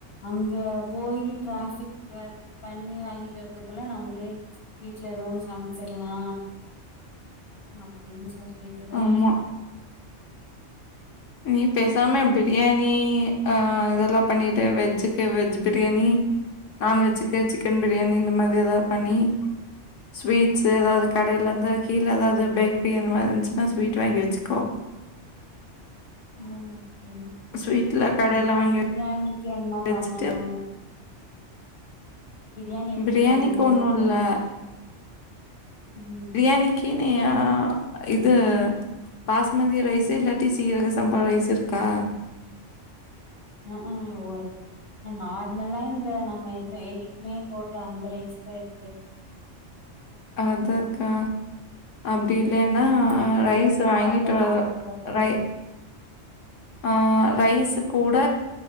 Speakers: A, on the left; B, on the left.
A: அங்க போயி டிராஃபிக் அது இது பண்ணி வாங்கிட்டு வர்றதுக்குள்ள நம்ளே வீட்ல எதோ ஒண்ணு சமச்சிர்லா அப்டின் சொல்லி ட்டு தா
B: ஆமாம் நீ பே சாம பிரியாணி ஆ இதெல்லா பண்ணிடு வெஜ்ஜுக்கு வெஜ் பிரியாணி நான்வெஜ்ஜுக்கா சிக்கன் பிரியாணி இந்த மாதி எதாவ்து பண்ணி ஸ்வீட்ஸ்சு எதாவது கடையிலருந்து கீழே எதாவது பேக்கரி அந்த மாரி இருந்துச்சுன்ன ஸ்வீட்ஸ் வாங்கி வெச்சுக்கோ
A: ஆ சேரி
B: ஸ்வீட்ல கடையில
A: ஆனா இந்த
B: வாங்கி
A: பிரியாணிக்கு என்ன
B: வச்சுட்டு
A: பண்ணணு பிரியாணி எப்டி
B: பிரியாணிக்கு
A: பண்ணணு
B: ஒன்றும்
A: அதுக்கு
B: இல்லை
A: ம்
B: பிரியாணிக்கு நீ ஆ இது பாஸ்மதி ரைஸ்ஸு இல்லாட்டி சீரக சம்பா ரைஸ்ஸு இருக்கா
A: ம் ஹும் <unintelligible> நார்மல்லா இந்த நம்ம என்ன என்னக்கிமே போட்ற அந்த ரைஸ் தாருக்கு
B: அது இருக்கா அப்டி
A: ம்
B: இல்லன்னா
A: அதா
B: ரைஸ்ஸு
A: வேணா
B: வாங்கிட்டு
A: பாத்தா
B: வர
A: வரணு
B: ரை
A: போய்
B: ஆ ரைஸ்ஸு கூட